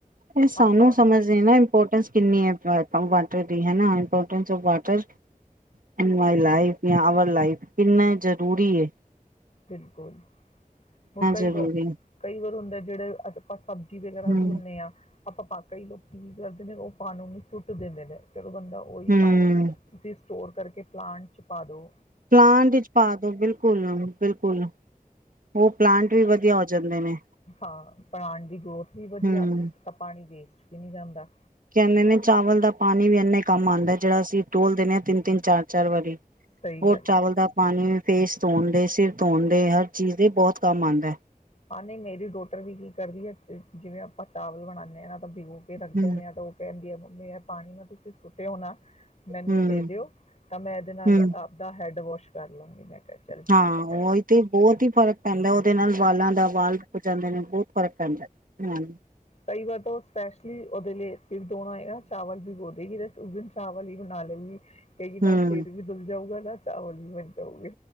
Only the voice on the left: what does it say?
ਆਪਾਂ
ਬਿਲਕੁਲ ਹੁਣ ਕਈ
ਵਾਰ, ਕਈ ਵਾਰ ਹੁੰਦਾ ਜਿਹੜੇ ਆਪਾਂ ਸਬਜ਼ੀ ਵਗੈਰਾ
ਧੋਂਨੇ ਆ ਆਪਾਂ ਕਈ ਲੋਕੀ ਦਰਦੇ ਨੇ ਉਹ ਪਾਾਨੀ ਨੂੰ ਸੁੱਟ ਦਿੰਦੇ ਨੇ। ਤੋ ਬੰਦਾ ਉਹੀ
ਪਾਣੀ ਤੁਸੀਂ ਸਟੋਰ ਕਰਕੇ ਪਲਾਂਟ ਚ ਪਾ ਦੋ।
ਹਾਂ ਪਲਾਂਟ ਦੀ ਗਰੋਥ ਵੀ ਵਧੀਆ,
ਤਾਂ ਪਾਣੀ ਵੇਸ ਵੀ ਨੀ ਜਾਂਦਾ।
ਸਹੀ
ਗੱਲ
ਹੈ
ਹਾਂ ਨਹੀਂ ਮੇਰੀ ਡੋਟਰ ਵੀ ਕੀ ਕਰਦੀ ਏ ਜਿਵੇਂ ਆਪਾਂ ਚਾਵਲ ਬਣਾਨੇ ਹਾਂ ਨਾ ਤਾਂ ਬਿਗੋ ਕੇ ਰੱਖਦੇ
ਨੇ ਆ ਤਾਂ ਉਹ ਕਹਿੰਦੀ ਆ ਵੀ ਇਹ ਪਾਣੀ ਨਾਲ ਤੁਸੀਂ ਸੁੱਟਿਓ ਨਾ। ਮੈਨੂੰ
ਦੇ ਦਿਓ, ਤਾਂ ਮੈਂ ਇਹਦੇ ਨਾਲ
ਆਪਦਾ ਹੈੱਡ ਵਾਸ਼ ਕਰ ਲਵਾਂਗੀ, ਮੈਂ ਕਿਹਾ ਚੱਲ
ਠੀਕ ਏ।
ਕਈ ਵਾਰ ਤਾਂ ਉਹ ਸਪੈਸ਼ਲੀ ਉਹਦੇ ਲਈ ਫਿਰ ਦੋਣਾ ਹੈਗਾ ਚਾਵਲ ਬਿਗੋ ਦੇਗੀ। ਉਸ ਦਿਨ ਚਾਵਲ ਹੀ ਬਣਾ ਲਏਗੀ। ਕਹੇਗੀ
ਨਾਲ ਸਿਰ ਵੀ ਦੁਲ ਜਾਊਗਾ। ਨਾਲ ਚਾਵਲ ਵੀ ਮਿਲ ਜਾਊਗੇ।